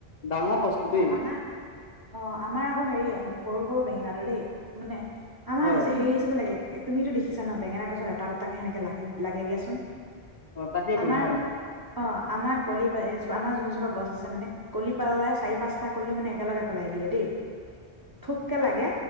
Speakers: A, on the left; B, on the right.
A: ডাঙৰ সস্তু
B: অ
A: দেই।
B: আমাৰ অ আমাৰ আকৌ হেৰি সৰু সৰু বেঙেনাটো দেই মানে? আমাৰ
A: হয়
B: হৈছে হেৰি জোপা লাগে তুমিতো দেখিছা? আ ন বেঙেনা গছৰ এটা দুটাকে সেনেকে ল লাগে দিয়াচোন।
A: অ তাকেইতো
B: আমাৰ
A: হয়
B: অ আমাৰ কলি পা আমাৰ যোনজোপা। গছ আছে মানে কলি পালালে চাই। পাছ্টা কলি মানে একেলগে পেলাই দিয়ে দেই, থোক কে লাগে